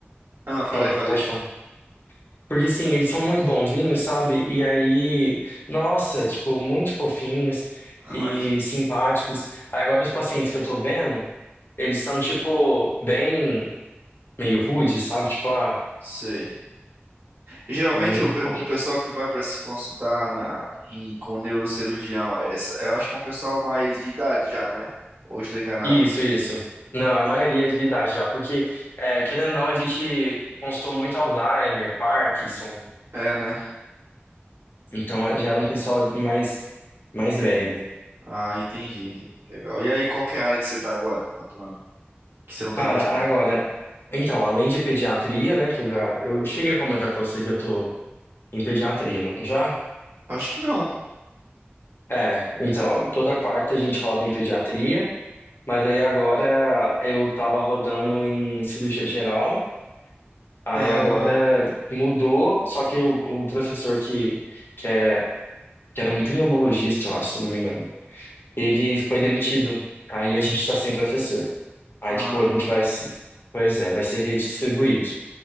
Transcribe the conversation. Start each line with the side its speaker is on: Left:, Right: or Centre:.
Right: Ah, não, falei,
Left: Hum,
Right: falei.
Left: pode falar. Porque sim, eles são muito bonzinhos, sabe? E aí, nossa, tipo, muito fofinhos
Right: Ah,
Left: e
Right: Imagina.
Left: simpáticos. Aí Agora, os pacientes que eu tô vendo, eles são, tipo, bem. meio rude, sabe? Tipo, ah,
Right: Sei. Geralmente
Left: aí.
Right: o, pe-
Left: com-
Right: o pessoal que vai para se consultar na, em- com o neurocirurgião, é essa, eu acho que é um pessoal mais de idade já, né? Ou estou enganado?
Left: Isso, isso. Não, a maioria de idade já, porque, é, querendo ou não, a gente constou muito Alzheimer, Parkinson,
Right: É, né?
Left: então já era um pessoal mais, mais velho.
Right: Ah, entendi, entendi. Legal. E aí, qual que é a área que você tá agora atuando? Que você não tá
Left: Cara,
Right: gostando?
Left: agora, então, além de pediatria, né, que eu já, eu cheguei a comentar com você que eu tô em pediatria, não, já?
Right: Acho que não.
Left: É, então, toda quarta a gente roda em pediatria, mas aí agora eu tava rodando em cirurgia geral, Aí
Right: Ah,
Left: agora mudou, só que o, o professor que, que, é, que era um pneumologista, eu acho, se eu não me engano, ele foi demitido. Aí a gente está sem professor. Aí,
Right: Ah,
Left: tipo, a gente vai se... Pois é, vai ser redistribuído.